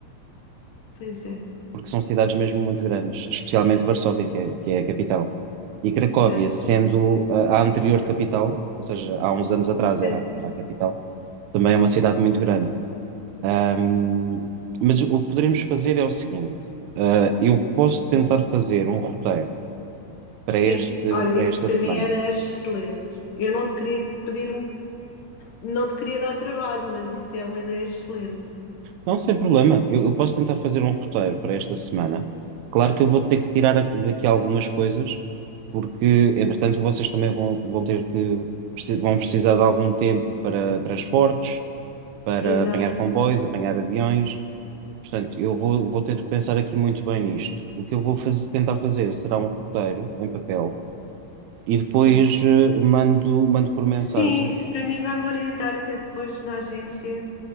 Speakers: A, on the left; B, on the right.
A: pois é,
B: porque são cidades mesmo muito grandes, especialmente Varsóvia, que é, que é a capital. E Cracóvia,
A: certo,
B: sendo a, a anterior capital, ou seja, há uns anos atrás
A: certo,
B: era, era a capital, também é uma cidade muito grande. Ahm, mas o que poderíamos fazer é o seguinte: ah, eu posso tentar fazer um roteiro para este,
A: sim. Olha,
B: para
A: isso
B: esta
A: para
B: semana,
A: mim era excelente. Eu não te queria pedir um, não te queria dar trabalho, mas isso é uma ideia excelente.
B: Não, sem problema. Eu, eu posso tentar fazer um roteiro para esta semana. Claro que eu vou ter que tirar a- daqui algumas coisas, porque, entretanto, vocês também vão, vão ter que, preci- vão precisar de algum tempo para transportes, para
A: Exato,
B: apanhar comboios, apanhar aviões. Portanto, eu vou, vou ter que pensar aqui muito bem nisto. O que eu vou fazer- tentar fazer será um roteiro em papel e depois
A: certo.
B: eh, mando, mando por mensagem.
A: Sim, isso para mim vai-me orientar até depois na agência,